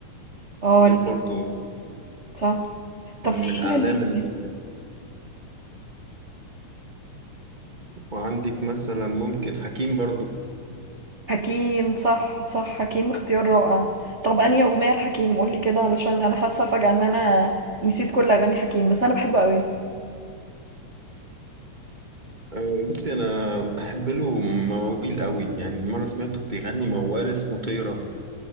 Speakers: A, on the right; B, on the right.
A: اه
B: دول
A: ليه؟
B: برضو
A: صح
B: من
A: طب في
B: من أعلام
A: ايه
B: ال وعندك مثلا ممكن حكيم برضو
A: حكيم صح صح حكيم اختيار رائع طب انهي اغنية الحكيم قولي كده علشان انا حاسة فجأة ان انا نسيت كل اغاني حكيم بس انا بحبه قوي
B: آه، بصي أنا بحب له مواويل قوي يعني مرة سمعته بيغني موال اسمه طيرة